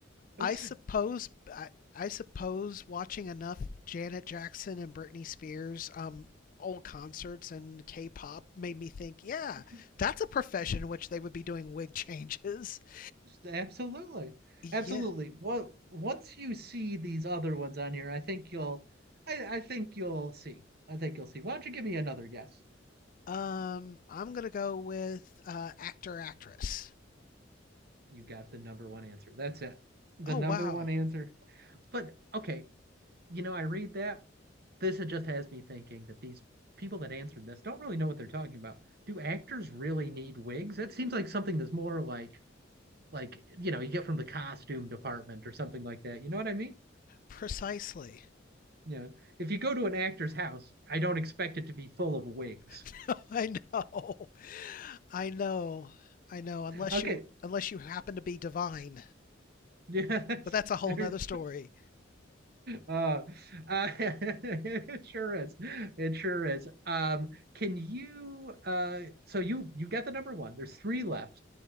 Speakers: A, on the right; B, on the left.
A: <laughs>
B: I suppose
A: No.
B: I, I suppose watching enough Janet Jackson and Britney Spears um old concerts and K-pop made me think, yeah,
A: <laughs>
B: that's a profession in which they would be doing wig changes. <laughs>
A: Absolutely.
B: Yeah.
A: Absolutely. Well, once you see these other ones on here, I think you'll I, I think you'll see. I think you'll see. Why don't you give me another guess?
B: Um I'm going to go with uh actor actress.
A: You got the number one answer. That's it. The
B: Oh
A: number
B: wow.
A: one answer. But okay, you know, I read that this just has me thinking that these people that answered this don't really know what they're talking about. Do actors really need wigs? That seems like something that's more like like you know you get from the costume department or something like that. You know what I mean?
B: Precisely.
A: Yeah. If you go to an actor's house, I don't expect it to be full of wigs.
B: <laughs> I know. I know. I know unless
A: <laughs> okay.
B: you unless you happen to be divine.
A: Yes.
B: But that's a whole
A: There,
B: nother story.
A: Uh, uh, <laughs> it sure is. It sure is. Um, can you uh so you you get the number one. There's three left.